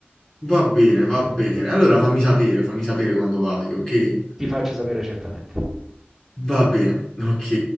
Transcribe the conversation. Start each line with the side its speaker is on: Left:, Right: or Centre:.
Left: Va bene, va bene. Allora fammi sapere, fammi sapere quando vai, ok?
Centre: Ti faccio sapere certamente.
Left: Va bene, ok.